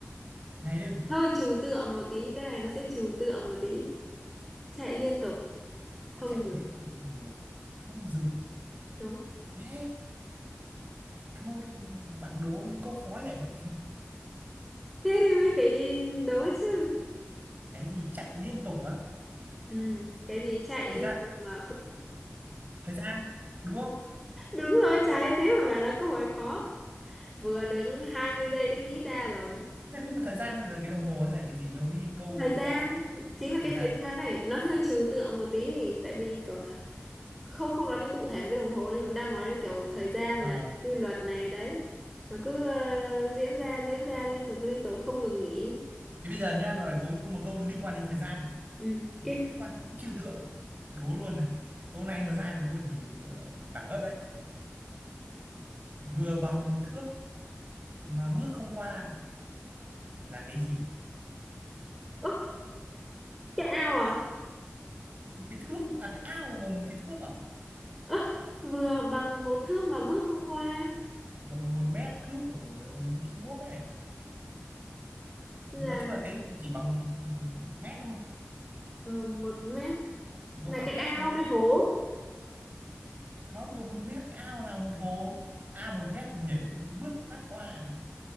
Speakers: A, on the right (about 35°); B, in the centre.
A: ngày đêm
B: hơi trừu tượng một tí cái này nó sẽ trừu tượng một tí chạy liên tục không
A: chạy
B: dừng
A: liên
B: được.
A: tục mà không dừng
B: đúng
A: Ê, thôi bạn đố những câu khó vậy
B: thế thì mới phải đố chứ
A: cái gì chạy liên tục á
B: ừ cái gì chạy
A: thời
B: liên
A: gian
B: tục mà không
A: thời gian đúng không
B: đúng rồi trái thế mà bảo là câu hỏi khó vừa đứng 20 giây đã nghĩ ra rồi
A: Thế là nhưng mà thời gian hay là cái đồng hồ hay là cái gì nó ghi câu
B: thời gian
A: họ
B: chính là
A: thời
B: cái
A: gian
B: thời gian này nó hơi trừu tượng một tí tại vì kiểu th- không không nói đến cụ thể là cái đồng hồ nhưng mà đang nói đến kiểu thời gian
A: à,
B: này quy luật này đấy nó cứ ờ, diễn ra diễn ra liên tục liên tục không ngừng nghỉ
A: thế bây giờ nhá là có một câu liên quan đến thời gian
B: ừ ok
A: cũng liên quan đến trừu tượng đố luôn này câu này mà ra được luôn thì ờ, đẳng cấp đấy vừa bằng một thước mà bước không qua là cái gì
B: ơ cái ao à
A: một cái thước à cái ao mà một cái thước à
B: ơ vừa bằng một thước mà bước không qua
A: một một mét thước của ờ, Trung Quốc ấy
B: là
A: nói chung là cái gì chỉ bằng một mét thôi
B: ừ, một mét
A: nó
B: là
A: khoảng
B: cái ao
A: cách nó
B: cái hố
A: không bằng một mét ao nào một hồ ao một mét thì nhảy bước phát qua